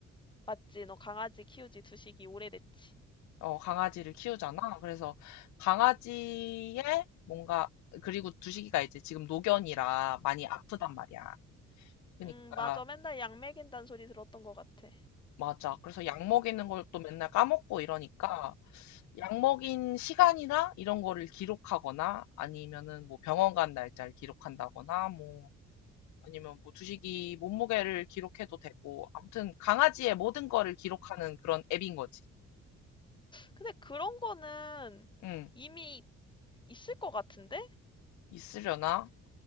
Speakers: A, on the left (about 15°); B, on the left (about 70°).
A: 맞지, 너 강아지 키우지 두식이 오래됐지.
B: 어, 강아지를 키우잖아. 그래서 강아지의 뭔가 그리고 두식이가 이제 지금 노견이라 많이 아프단 말이야. 그러니까
A: 음, 맞아. 맨날 약 먹인단 소리 들었던 것 같아.
B: 맞아. 그래서 약 먹이는 걸 또 맨날 까먹고 이러니까 약 먹인 시간이나 이런 거를 기록하거나 아니면은 뭐 병원 간 날짜를 기록한다거나 뭐 아니면 뭐 주식이 몸무게를 기록해도 되고 아무튼 강아지의 모든 거를 기록하는 그런 앱인 거지.
A: 근데 그런 거는
B: 응.
A: 이미 있을 것 같은데?
B: 있으려나?